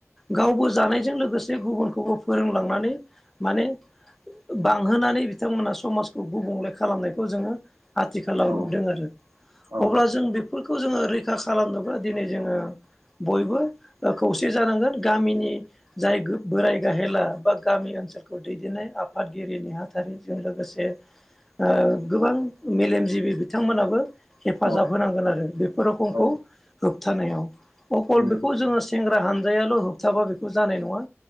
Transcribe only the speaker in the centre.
गावबो जानायजों लोगोसे गुबुनखौबो फोरोंलांनानै माने बांहोनानै बिथांमोना समाजखौ गुबुंले खालामनायखौ जोङो आथिखालाव
नुदों आरो
अब्ला जों बे बेफोरखौ जोङो रैखा खालामनोब्ला दिनै जोङो बयबो ओ खौसे जानांगोन गामिनि जाय बोराय गाहेला बा गामि ओनसोलाव खौ दैदेननाय आफादगिरि नेहाथारिजों लोगोसे ओ गोबां मेलेमजिबि बिथांमोनाबो हेफाजाब
होनांगोन आरो बेफोर रखमखौ
होबथानायाव अखल
बेखौ जोङो सेंग्रा हानजायाल' होबथाबा बेखौ जानाय नङा